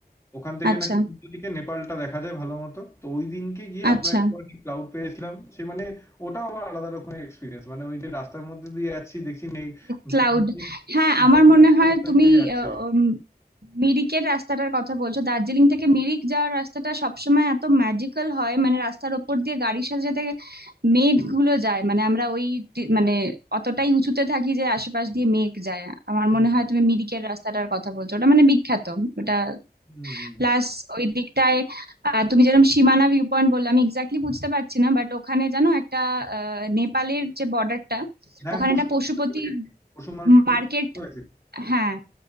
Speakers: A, on the left; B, on the right.
A: ওখান থেকে
B: আচ্ছা
A: নাকি উল্টো দিকে নেপালটা দেখা যায় ভালো মতো তো ওই দিনকে গিয়ে
B: আচ্ছা
A: আমরা একটুখানি ক্লাউড পেয়েছিলাম সে মানে ওটাও আবার আলাদা রকমের এক্সপিরিয়েন্স মানে ওই যে রাস্তার মধ্যে দিয়ে যাচ্ছি দেখছি মেঘ মেঘ
B: ক্লাউড
A: মেঘ-
B: হ্যাঁ
A: মেঘ
B: আমার মনে
A: রাস্তার
B: হয়
A: সাথে
B: তুমি
A: যাচ্ছে
B: আহ, উম, মিরিকের রাস্তাটার কথা বলছো দার্জিলিং থেকে মিরিক যাওয়ার রাস্তাটা সবসময় এত ম্যাজিক্যাল হয় মানে রাস্তার ওপর দিয়ে গাড়ির সাথে সাথে মেঘগুলো যায় মানে আমরা ওই দি- মানে অতটাই উঁচুতে থাকি যে আশেপাশ দিয়ে মেঘ যায় আমার
A: হুম
B: মনে হয় তুমি মিরিকের রাস্তাটার কথা বলছো ওটা মানে বিখ্যাত ওটা
A: হুম হুম
B: প্লাস ওই দিকটায় আহ, তুমি যেরকম সীমানা ভিউ পয়েন্ট বললে আমি এক্স্যাক্টলি বুঝতে পারছি না বাট ওখানে জানো একটা আহ, নেপালের যে বর্ডারটা
A: হ্যাঁ
B: ওখানে
A: পশু
B: একটা পশুপতি
A: মারতে পেরেছি পশু মারতে
B: মার্কেট
A: পেরেছি
B: হ্যাঁ